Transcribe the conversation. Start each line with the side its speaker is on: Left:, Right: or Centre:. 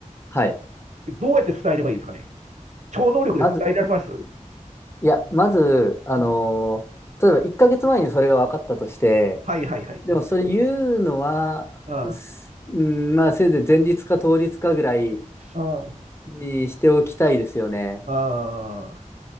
Left: はい。
Right: どうやって伝えればいいですかね超能力で伝えられますう
Left: まず、いや、まず、あのー例えば1ヶ月前にそれが分かったとして、
Right: んはいはいはい。
Left: でもそれ言うのは、
Right: あ
Left: すうん、まあせいぜい前日か当日かぐらい
Right: あ、あ
Left: にしておきたいですよね。
Right: あ、ああ。